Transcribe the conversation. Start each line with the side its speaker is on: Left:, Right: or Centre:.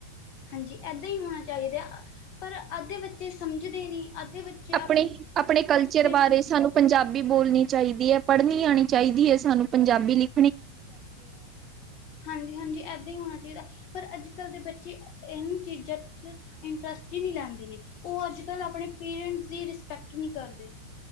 Left: ਹਾਂਜੀ ਏਦਾਂ ਹੀ ਹੋਣਾ ਚਾਹੀਦਾ ਪਰ ਅੱਧੇ ਬੱਚੇ ਸਮਝਦੇ ਨਹੀਂ। ਅੱਧੇ ਬੱਚੇ
Right: ਆਪਣੇ -ਆਪਣੇ ਕਲਚਰ
Left: ਪੇਰੈਂਟਸ
Right: ਬਾਰੇ ਸਾਨੂੰ ਪੰਜਾਬੀ ਬੋਲਨੀ ਚਾਈਦੀ ਏ ਪੜ੍ਹਨੀ ਆਨੀ ਚਾਈਦੀ ਏ ਸਾਨੂੰ ਪੰਜਾਬੀ ਲਿਖ
Left: ਹਾਂਜੀ ਹਾਂਜੀ ਏਦਾਂ ਈ ਹੋਣਾ ਚਾਈਦਾ। ਪਰ ਅੱਜ-ਕਲ ਦੇ ਬੱਚੇ ਇਨ ਚੀਜ਼ਾਂ 'ਚ ਇੰਟਰਸਟ ਈ ਨੀ ਲੈਂਦੇ ਨੇ। ਔ ਅੱਜ-ਕਲ ਆਪਣੇ ਪੇਰੈਂਟਸ ਦੀ ਰਿਸਪੈਕਟ ਨੀ ਕਰਦੇ।